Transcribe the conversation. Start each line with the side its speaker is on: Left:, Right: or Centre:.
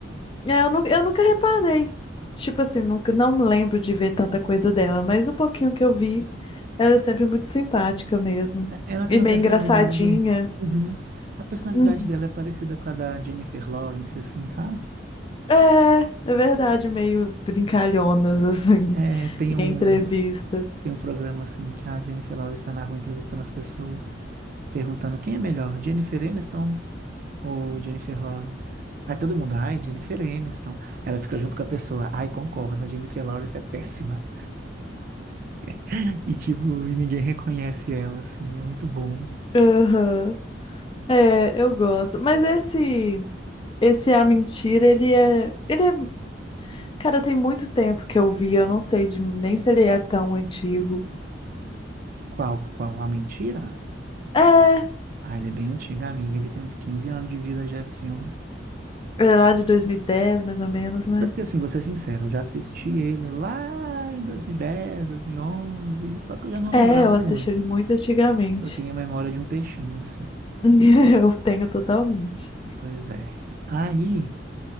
Left: é, eu, nu- eu nunca reparei. Tipo assim, nunca, não me lembro de ver tanta coisa dela, mas o pouquinho que eu vi, ela é sempre muito simpática mesmo.
Right: É- Ela tem
Left: E
Right: uma
Left: meio
Right: personalidade.
Left: engraçadinha.
Right: Uhum. A personalidade
Left: Uhum.
Right: dela é parecida com a da Jennifer Lawrence, assim, sabe?
Left: É, é verdade, meio brincalhonas, assim,
Right: É, tem
Left: <laughs>
Right: um,
Left: em entrevistas.
Right: tem um programa assim que a Jennifer Lawrence tá na rua entrevistando as pessoas, perguntando quem é melhor, Jennifer Aniston ou Jennifer Lawrence? Aí todo mundo, ai, Jennifer Aniston. Ela fica junto com a pessoa, ai, concorda, Jennifer Lawrence é péssima. <laughs> E tipo, e ninguém reconhece ela, assim, é muito bom.
Left: <laughs> Aham. É, eu gosto. Mas esse. Esse A Mentira, ele é. Ele é. Cara, tem muito tempo que eu vi, eu não sei de... nem se ele é tão antigo.
Right: Qual, qual a mentira?
Left: É,
Right: Ah, ele é bem antigo, amiga. Ele tem uns 15 anos de vida já esse filme.
Left: ele é lá de 2010, mais ou menos, né?
Right: É Porque assim, vou ser sincero, eu já assisti ele lá em 2010, 2011, só que eu já não
Left: É,
Right: lembrava
Left: eu assisti
Right: muito.
Left: ele muito antigamente.
Right: Eu tenho a memória de um peixinho, assim.
Left: <laughs> Eu tenho totalmente.
Right: Pois é. Aí